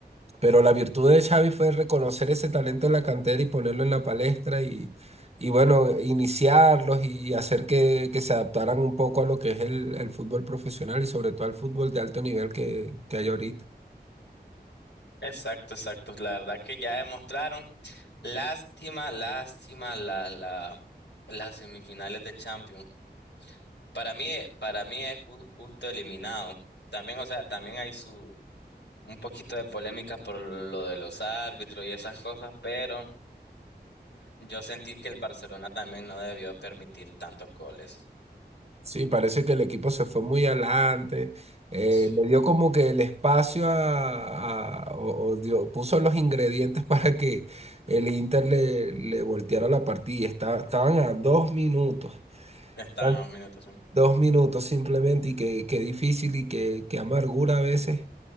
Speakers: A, on the right; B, on the left.
A: pero la virtud de Xavi fue reconocer ese talento de la cantera y ponerlo en la palestra y, y bueno, iniciarlos y hacer que, que se adaptaran un poco a lo que es el, el fútbol profesional y sobre todo al fútbol de alto nivel que, que hay ahorita.
B: Exacto, exacto. La verdad que ya demostraron. Lástima, lástima la, la, las semifinales de Champions. Para mí, para mí es ju- justo eliminado. También, o sea, también hay su un poquito de polémica por lo de los árbitros y esas cosas, pero yo sentí que el Barcelona también no debió permitir tantos goles.
A: Sí, parece que el equipo se fue muy adelante, eh,
B: Sí.
A: le dio como que el espacio a, a- o, o dio- puso los ingredientes <laughs> para que el Inter le, le volteara la partida. Esta- estaban a dos minutos,
B: Estaban
A: eran
B: a dos minutos. sí.
A: dos minutos simplemente y qué, qué difícil y qué, qué amargura a veces